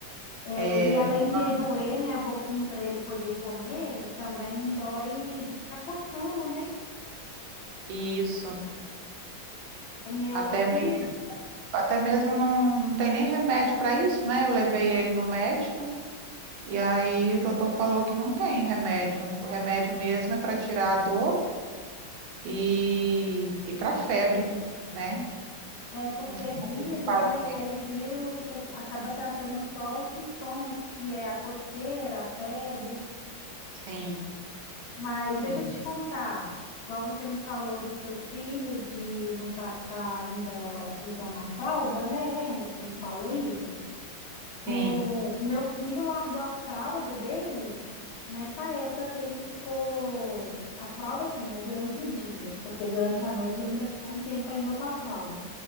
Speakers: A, on the left; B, on the right.
A: É,
B: É,
A: e além
B: por
A: de
B: causa
A: doer,
B: da-
A: né, a boquinha para ele poder comer, também dói de ficar coçando, né?
B: isso,
A: O meu
B: até
A: filho
B: meio até mesmo não, não tem nem remédio para isso, né? Eu levei ele no médico e aí o doutor falou que não tem remédio. O remédio mesmo é para tirar a dor e, e para febre, né?
A: é porque
B: Não tem
A: é vírus,
B: muito o que fazer.
A: né? Aí vírus você acaba tratando só os sintomas, que é a coceira, a febre.
B: Sim,
A: Mas deixa
B: sim,
A: eu te contar, igual você me falou do seu filho de não tá, tá ainda usando a fralda, né? Lembra que você me falou isso? O
B: sim.
A: meu filho largou a fralda dele nessa época que ele ficou. A fralda, assim, né? Durante o dia, porque durante a noite ele ainda ficou um tempo ainda com a fralda.